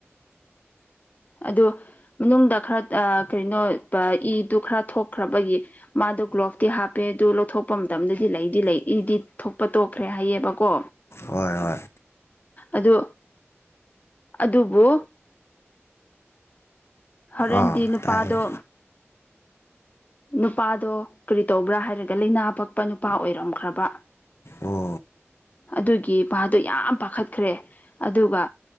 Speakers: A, on the left; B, on the left.
A: ꯑꯣ ꯃꯅꯨꯡꯗ ꯈꯔ ꯀꯩꯅꯣ ꯏꯗꯨ ꯈꯔ ꯊꯣꯛꯈ꯭ꯔꯕꯒꯤ ꯃꯥꯗꯣ ꯒ꯭ꯂꯣꯞꯇꯤ ꯍꯥꯞꯄꯦ ꯑꯗꯨ ꯂꯧꯊꯣꯛꯄ ꯃꯇꯝꯗꯗꯤ ꯂꯩꯗꯤ ꯂꯩ ꯏꯗꯤ ꯊꯣꯛꯄ ꯇꯣꯛꯈ꯭ꯔꯦ ꯍꯥꯏꯑꯕꯀꯣ
B: ꯍꯣꯏ ꯍꯣꯏ
A: ꯑꯗꯨ ꯑꯗꯨꯕꯨ ꯍꯣꯔꯦꯟꯗꯤ
B: ꯑꯥ
A: ꯅꯨꯄꯥꯗꯣ
B: ꯇꯥꯏꯌꯦ
A: ꯅꯨꯄꯥꯗꯣ ꯀꯔꯤ ꯇꯧꯕ꯭ꯔꯥ ꯍꯥꯏꯔꯒ ꯂꯥꯏꯅꯥ ꯄꯛꯄ ꯅꯨꯄꯥ ꯑꯣꯏꯔꯝꯈ꯭ꯔꯕ
B: ꯑꯣ
A: ꯑꯗꯨꯒꯤ ꯄꯥꯗꯨꯣ ꯌꯥꯝ ꯄꯥꯈꯠꯈ꯭ꯔꯦ ꯑꯗꯨꯒ